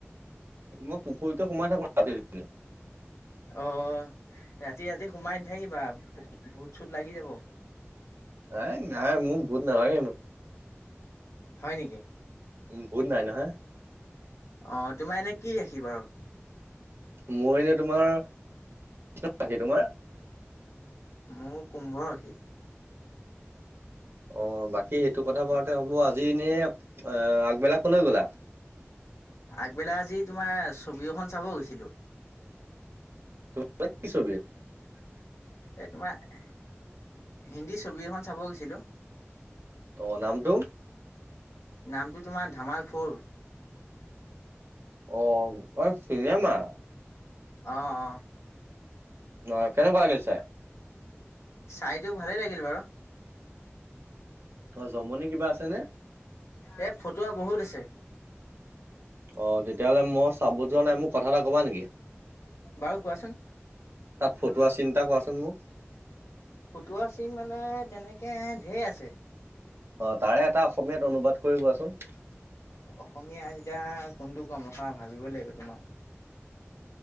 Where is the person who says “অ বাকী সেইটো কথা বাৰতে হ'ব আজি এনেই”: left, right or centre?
Right